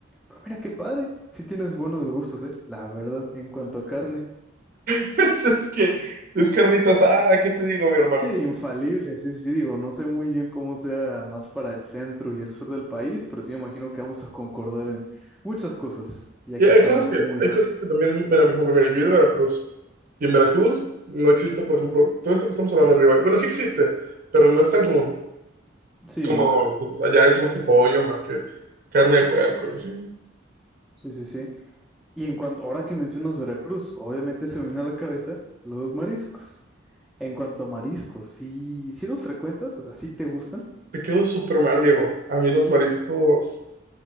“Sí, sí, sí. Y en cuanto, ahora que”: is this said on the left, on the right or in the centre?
Centre